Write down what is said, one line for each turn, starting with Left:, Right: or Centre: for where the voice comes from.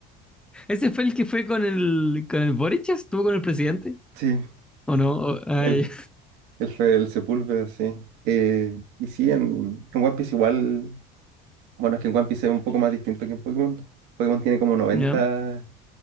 Centre: ¿Ese fue el que fue con el, con el Boric? ¿Estuvo con el presidente?
Right: Sí.
Centre: ¿O no? O- ay,
Right: El, El, Fe- el Sepúlveda, sí. Eh, y sí, en, en One Piece igual, bueno, es que en One Piece es un poco más distinto que en Pokémon. Pokémon tiene como noventa
Centre: <laughs> ya,